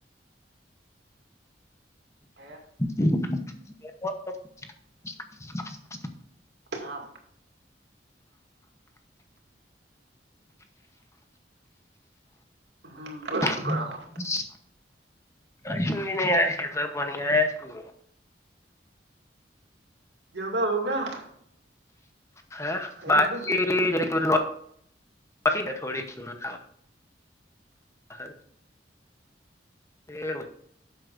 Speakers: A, on the right; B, on the left.
A: હે
B: <unintelligible>
A: ના ભઈ હમ બોલો
B: <unintelligible>
A: શું કરો છો
B: કશું એ નહીં આ ખેતર પાણી આયા છીએ.
A: <inaudible>
B: હે
A: ખાઈ
B: બાકી
A: લીધું
B: જરીક ઓલી <inaudible> હતી ને થોડીક સુગંધ આવે <inaudible> એ રોજ